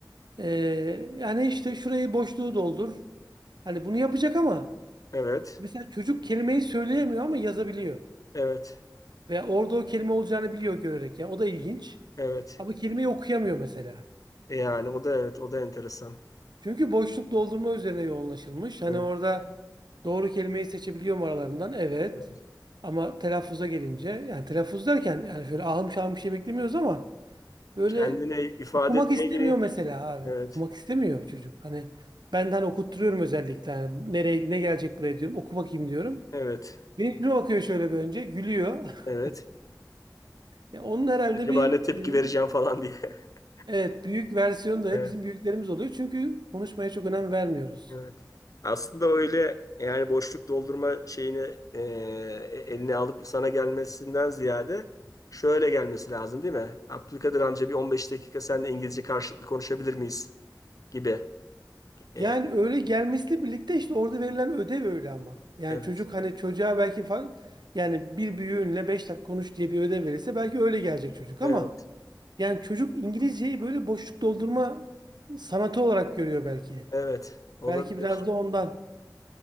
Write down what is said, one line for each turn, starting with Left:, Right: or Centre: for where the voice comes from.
Right: E, yani işte şurayı boşluğu doldur. Hani bunu yapacak ama
Left: evet,
Right: mesela çocuk kelimeyi söyleyemiyor ama yazabiliyor.
Left: evet,
Right: veya orada o kelime olacağını biliyor görerek. Yani o da ilginç.
Left: evet.
Right: Ama kelimeyi okuyamıyor mesela.
Left: E Yani o da evet, o da enteresan.
Right: Çünkü boşluk doldurma üzerine yoğunlaşılmış. Hani
Left: Evet,
Right: orada doğru kelimeyi seçebiliyorum aralarından. Evet.
Left: evet.
Right: Ama telaffuza gelince yani telaffuz derken yani şöyle ahım şahım bir şey beklemiyoruz ama böyle
Left: Kendine ifade
Right: okumak
Left: etmeye
Right: istemiyor
Left: ilgili.
Right: mesela abi.
Left: Evet,
Right: Okumak istemiyor çocuk. Hani benden okutturuyorum özellikle. Hani nereye ne gelecek buraya diyorum. Oku bakayım diyorum.
Left: evet,
Right: Benim yüzüme bakıyor şöyle bir önce. Gülüyor. <laughs>
Left: evet.
Right: Ya onun herhalde
Left: Acaba
Right: bir
Left: ne tepki
Right: e,
Left: vereceğim falan diye. <laughs>
Right: evet büyük versiyonu da
Left: Evet.
Right: bizim büyüklerimiz oluyor. Çünkü konuşmaya çok önem vermiyoruz.
Left: Evet. Aslında öyle yani boşluk doldurma şeyini e, e, eline alıp sana gelmesinden ziyade şöyle gelmesi lazım değil mi? Abdülkadir amca bir 15 dakika seninle İngilizce karşılıklı konuşabilir miyiz gibi.
Right: Yani
Left: E,
Right: öyle gelmesiyle birlikte işte orada verilen ödev öyle ama. Yani
Left: evet.
Right: çocuk hani çocuğa belki fa- yani bir büyüğünle 5 dakika konuş diye bir ödev verirse belki öyle gelecek çocuk
Left: Evet.
Right: ama yani çocuk İngilizceyi böyle boşluk doldurma sanatı olarak görüyor belki.
Left: Evet. Olabilir.
Right: Belki biraz da ondan.